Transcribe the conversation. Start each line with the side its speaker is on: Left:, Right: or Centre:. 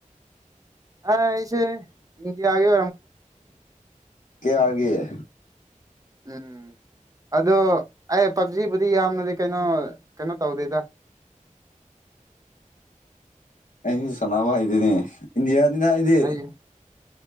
Right: ꯑ ꯏꯁꯦ ꯏꯪꯒꯦꯔꯒ
Left: ꯀꯦꯌꯥꯔꯒꯤꯦ
Right: ꯎꯝ ꯑꯗꯣ ꯑꯦ ꯄꯞꯖꯤꯕꯨꯗꯤ ꯌꯥꯝꯅꯗꯤ ꯀꯩꯅꯣ ꯀꯩꯅꯣ ꯇꯧꯗꯦꯗ
Left: <inaudible> <unintelligible> ꯑꯩ ꯁꯅꯥꯕ ꯍꯥꯏꯗꯅꯤ ꯏꯟꯗꯤꯌꯥꯅꯤꯅ ꯏꯗꯤ
Right: ꯑꯩ